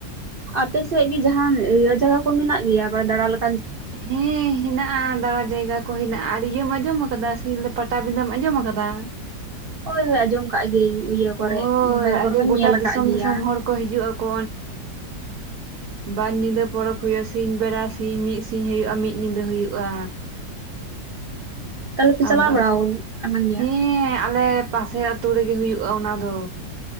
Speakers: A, on the right; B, on the right.
A: ᱟᱯᱮᱥᱮᱫ ᱜᱤ ᱡᱟᱦᱟᱸᱱ ᱤᱭᱟᱹ ᱡᱟᱭᱜᱟ ᱠᱚ ᱢᱮᱱᱟᱜ ᱜᱮᱭᱟ ᱫᱟᱲᱟ ᱞᱮᱠᱟ
B: ᱦᱮᱸ ᱦᱮᱱᱟᱜᱼᱟ ᱫᱟᱬᱟ ᱡᱟᱭᱜᱟ ᱠᱚ ᱦᱮᱱᱟᱜᱼᱟ ᱤᱭᱟᱹᱢ ᱟᱸᱡᱚᱢ ᱟᱠᱟᱫᱟ ᱥᱤᱞᱫᱟᱹ ᱯᱟᱴᱟᱵᱤᱸᱱᱫᱟᱹᱢ ᱟᱸᱡᱚᱢ ᱟᱠᱟᱫᱟ
A: ᱦᱳᱭ ᱦᱳᱭ ᱟᱸᱡᱚᱢ ᱠᱟᱜ ᱜᱮ ᱤᱭᱟᱹᱢ ᱠᱚᱨᱮᱡ
B: ᱦᱳᱭ
A: ᱢᱳᱵᱟᱭᱤᱞ ᱠᱚᱨᱮ
B: ᱟᱹᱰᱤ
A: ᱦᱚᱸᱧ
B: ᱜᱚᱴᱟ
A: ᱧᱮᱞᱠᱟᱫ
B: ᱫᱤᱥᱚᱢ
A: ᱜᱮᱭᱟ
B: ᱫᱤᱥᱚᱢ ᱦᱚᱲ ᱠᱚ ᱦᱤᱡᱩᱜ ᱟᱠᱚ ᱟᱨ ᱧᱤᱫᱟᱹ ᱯᱚᱨᱚᱵᱽ ᱦᱩᱭᱩᱜᱳᱜᱼᱟ ᱥᱤᱧ ᱵᱮᱲᱟ ᱥᱤᱧ ᱢᱤᱫ ᱥᱤᱧ ᱦᱳᱭᱳᱜᱼᱟ ᱢᱤᱫ ᱧᱤᱫᱟᱹ ᱦᱳᱭᱳᱜᱼᱟ
A: ᱛᱟᱦᱚᱞᱮ ᱯᱮ ᱪᱟᱞᱟᱣ
B: ᱟᱫᱚ
A: ᱵᱟᱲᱟ ᱠᱟᱱᱟ ᱜᱮᱭᱟ
B: ᱦᱮᱸ ᱟᱞᱮᱼᱯ ᱯᱟᱥᱮ ᱟᱹᱛᱩ ᱨᱮᱜᱮ ᱦᱩᱭᱩᱜᱼᱟ ᱚᱱᱟ ᱫᱚ